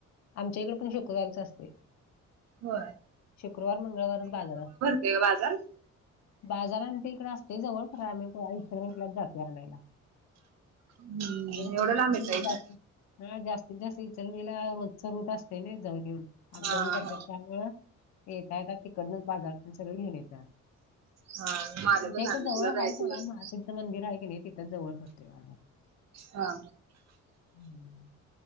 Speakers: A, on the left; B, on the right.
A: आमच्या इकडे पण शुक्रवारीच असते.
B: होय.
A: शुक्रवार, मंगळवारच बाजार असतो.
B: देव बाजार <unintelligible>
A: बाजार आमच्या इकडे असते जवळ खर आम्ही इतर वेळेलाच जातोय आणायला.
B: हम्म
A: म्हणजे
B: एवढं लांब येताय
A: क जास्त
B: का?
A: हा जास्तीत, जास्त विचणीला रोजचा रूट असते ना जाऊन, येऊन. अपडाऊन
B: हा
A: करतात
B: हा
A: त्यामुळं येता, येता तिकडन बाजारातून सगळे घेऊन येतात.
B: हा. <inaudible>
A: आमच्या इथे जवळ
B: तुला जायची
A: आहे सोडा
B: गरज
A: महाासिद्ध मंदिर आहे की नाही तिथे जवळ भरते बाजार.
B: हा.
A: हम् <inaudible>